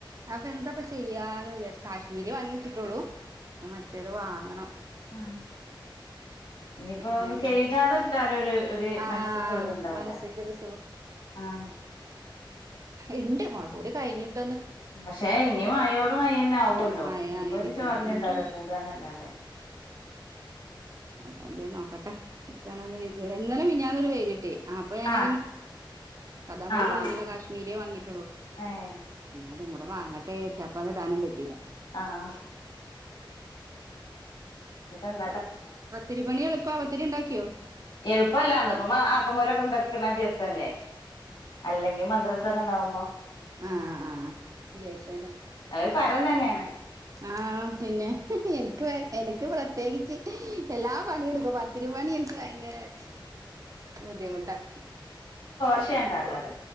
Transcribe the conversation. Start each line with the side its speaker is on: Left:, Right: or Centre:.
Right: അപ്പൊ എന്തപ്പ ചെയ്യാന്ന് കാശ്മീരി വാങ്ങി ഇട്ടോളൂ മറ്റേത് വാങ്ങ വേണം
Left: <inaudible> ഇനിയിപ്പോന്ന്
Right: മഴന്റെ
Left: കെഴുകാതെ ഇട്ടാല് ഒരു ഒരു
Right: ആഹ്
Left: മനസ്സിക്ക് ഒരു ഇതുണ്ടാവില്ല.
Right: മനസ്സിക്കൊരു
Left: ങ്
Right: എന്റെ മകൾക്കൂടി കഴിഞ്ഞിട്ട്
Left: പക്ഷേ ഇനി മഴയോട് മഴ തന്നെ ആകുവല്ലോ.
Right: മഴ
Left: ഇനിയിപ്പോ
Right: ആയിരിക്കും
Left: ഒരു ചോരലുണ്ടാവില്ല
Right: ഉം
Left: കൂടുകാന്നല്ലാതെ.
Right: അവൾ എന്തെന്ന് നോക്കട്ടെ. കിട്ടുവാണെങ്കിൽ എഴുതി. ഇന്നലേം മിനിഞ്ഞാന്ന് ഒരു വെയിൽ കിട്ടി. അപ്പൊ ഞാൻ
Left: ആഹ്
Right: സാദാമുളക്
Left: ആഹ്
Right: വാങ്ങില്ല. കാശ്മീരിയെ വാങ്ങിട്ടുള്ളൂ.
Left: ഏഹ്
Right: അതു കൂടെ വാങ്ങട്ടെരിച്ചാ അപ്പ അത് ഇടാനും പറ്റില്ല.
Left: ആാാ ഇതങ്ങ്
Right: പത്തിരി പണി എളുപ്പ? പത്തിരി ഉണ്ടാക്കിയോ?
Left: എളുപ്പല്ലാന്ന് ഇപ്പോ അപുമോനെ കൊണ്ടാക്കുന്ന ദിവസല്ലേ അല്ലെങ്കിൽ മദ്രസ ഇതെന്നാ ഉമ്മ
Right: ആാാ ലെയ്സ് ഏതാ?
Left: അതൊരു പരം തന്നെയാണ്
Right: ആാാ പിന്നെ. എനിക്ക് പ്രത്യേകിച്ച് എല്ലാ പണിയെടുക്കും തിരുവാണിയൻസ് എനക്ക് ഭയങ്കര ബുദ്ധിമുട്ടാ
Left: ഒച്ച ഉണ്ടാക്കാതെ